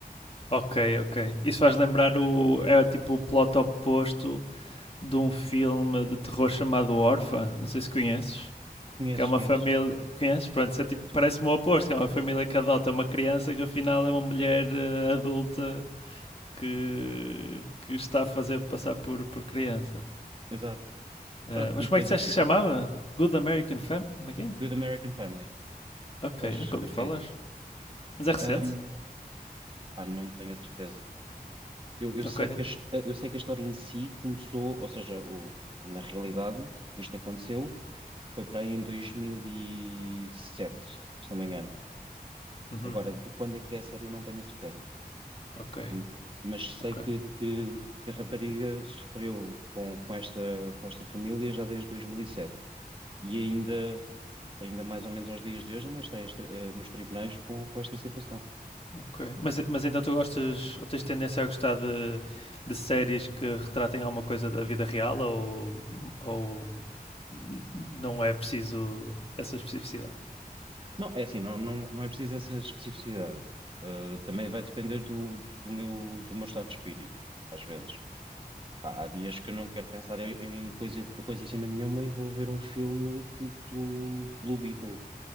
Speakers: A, on the left; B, on the right.
A: Ok, ok. Isso faz lembrar o. É tipo o plot oposto de um filme de terror chamado Orpha. Não sei se conheces.
B: Conheço,
A: Que é uma
B: conheço.
A: família. Conheces? Pronto, isso é tipo,
B: Sim,
A: parece-me o oposto. que É uma família que adota uma criança que afinal é uma mulher eh, adulta que, que está a fazer passar por, por criança.
B: exato.
A: Eh,
B: Pronto,
A: mas
B: e
A: como
B: depois
A: é que disseste
B: aqui,
A: que se chamava?
B: a
A: Good American Family? Como é que é?
B: Good American Family.
A: Ok,
B: Acho,
A: nunca ouvi
B: acho
A: falar.
B: que é isso.
A: Mas é recente?
B: Ahm, pá, não tenho a certeza. eu, eu sei
A: Ok.
B: que a, his- eu sei que a história em si começou, ou seja, o- na realidade, isto aconteceu, foi para aí em 2007, se não me engano.
A: Uhum,
B: Agora, de quando é que é a série, eu não tenho a certeza.
A: ok,
B: M- Mas
A: ok.
B: sei que, que- que a rapariga sofreu com, com esta, com esta família já desde 2007. E sete. E ainda, ainda mais ou menos aos dias de hoje, ainda está em estri- eh, nos tribunais com, com esta situação.
A: Ok. Mas, mas então tu gostas ou tens tendência a gostar de, de séries que retratem alguma coisa da vida real ou, ou n- não é preciso essa especificidade?
B: Não, é assim, não, não, não é preciso essa especificidade. Uh, também vai depender do, do meu, do meu estado de espírito, às vezes. Pá, há dias que eu não quero pensar em, em coisa, coisíssima nenhuma e vou ver um filme tipo Blue Beetle,